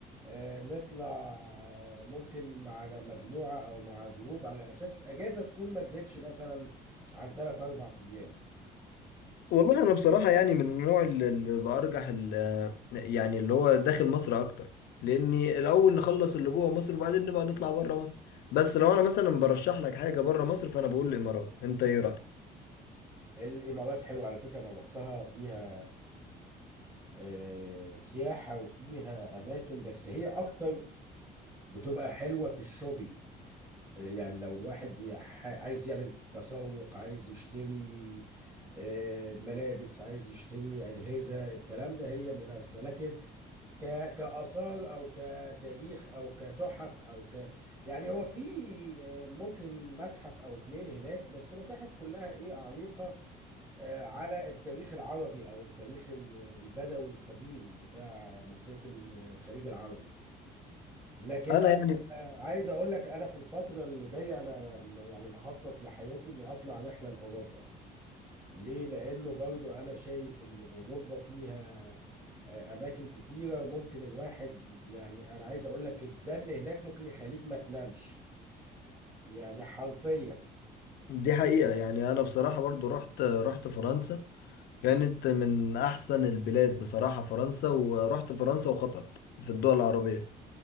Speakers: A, on the right; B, on the left.
A: آه، نطلع آه، ممكن مع مجموعة أو مع جروب على أساس أجازة تكون ما تزيدش مثلا عن 3 أربع أيام
B: والله انا بصراحه يعني من النوع اللي اللي برجح ال- يعني اللي هو داخل مصر اكتر لاني الاول نخلص اللي جوه مصر وبعدين نبقى نطلع بره مصر بس لو انا مثلا برشح لك حاجه بره مصر فانا بقول الامارات انت ايه رايك
A: الإمارات حلوة على فكرة أنا روحتها فيها آه، سياحة وفيها أماكن بس هي أكتر بتبقى حلوة في الشوبينج آه، يعني لو الواحد بيح- عايز يعمل تسوق عايز يشتري آه، ملابس عايز يشتري أجهزة الكلام ده هي مناسبة لكن ك... كآثار أو كتاريخ أو كتحف أو ك يعني هو في آه، ممكن متحف أو اتنين هناك بس متاحف كلها إيه عريقة آه، على التاريخ العربي أو التاريخ ال- البدوي القديم بتاع منطقة ال- الخليج العربي لكن
B: انا
A: أنا
B: يعني
A: آه، عايز أقول لك أنا في الفترة اللي جاية أنا م- يعني مخطط لحياتي إني أطلع رحلة لأوروبا ليه لانه برضو انا شايف ان اوروبا فيها آه، اماكن كتيره ممكن الواحد يعني انا عايز اقول لك الدن هناك ممكن يخليك ما تنامش يعني حرفيا
B: دي حقيقه يعني انا بصراحه برضو رحت رحت فرنسا كانت من احسن البلاد بصراحه فرنسا ورحت فرنسا وقطر في الدول العربيه